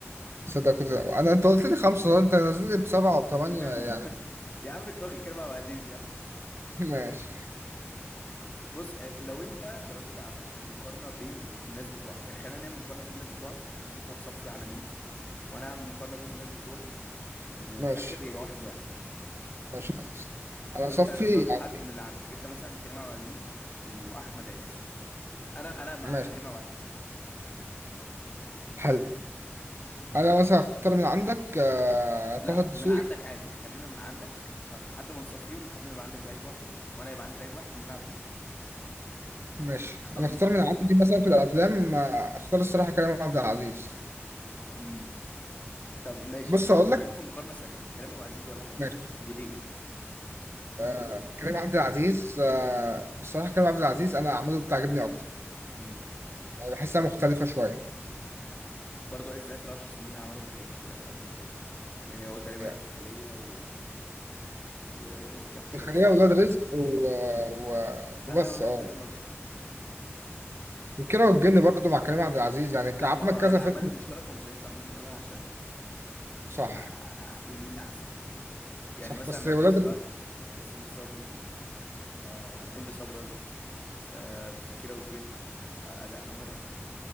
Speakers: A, on the right (about 60°); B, on the left (about 30°).
A: صدق كده انا انت قلت لي خمسه انت نازل لي بسبعه وبثمانيه
B: <laughs>
A: يعني
B: يا عم انت واخد كريم عبد العزيز يا عم
A: <laughs> ماشي
B: بص آه، لو انت لو انت عملت مقارنه بين الناس بتوعك يعني خلينا نعمل مقارنه بين الناس بتوعك ونشوف هتصفي على مين وانا اعمل مقارنه بين الناس بتوعي وفي
A: ماشي
B: الاخر يبقى واحد لواحد
A: ماشي خلاص انا
B: فانت
A: صفي
B: اختار
A: يعني
B: حد من اللي عندك انت مثلا كريم عبد العزيز واحمد عز انا انا مع
A: ماشي
B: كريم عبد العزيز
A: حلو انا مثلا اختار من عندك آه، طه
B: لا
A: الدسوقي
B: من عندك عادي خلينا من عندك لحد ما نصفيهم لحد ما يبقى عندك لعيب واحد وانا يبقى عندي لعيب واحد نلعب بيه
A: ماشي
B: نختار
A: انا
B: مين
A: اختار
B: احسن
A: من عندي مثلا في الافلام آه، اختار الصراحه كريم عبد العزيز
B: امم طب ماشي
A: بص
B: احنا
A: اقول
B: هنحطهم
A: لك
B: في مقارنة سريعة كريم ابو عزيز ولا احمد
A: ماشي
B: عز وليه
A: آه، كريم عبد العزيز آه، الصراحه كريم عبد العزيز انا اعماله بتعجبني اكتر
B: امم
A: يعني بحسها مختلفه شويه
B: برضه عز اخر عشر سنين عمله ما كانتش قد كده يعني يعني هو تقريبا
A: يعني
B: الخلية و... وكام حاجة
A: خليها
B: بسيطة
A: ولاد
B: يعني
A: رزق و... و...
B: اه
A: وبس
B: ولاد
A: اه
B: رزق ما بحبوش
A: وكيرة والجن برضه مع كريم عبد العزيز يعني
B: لا
A: كان عمل
B: ما هو
A: كذا
B: الاعمال
A: فيلم
B: المشتركة مش هينفع نيجي نقولها عشان
A: صح
B: ه... ه... هتقول مين احسن يعني
A: صح
B: مثلا
A: بس
B: ما
A: ولاد
B: في نفس
A: رزق
B: الوقت ياسمين صبري آه هند صبري قصدي آه، في كيرة والجن آه، أداءها مرعب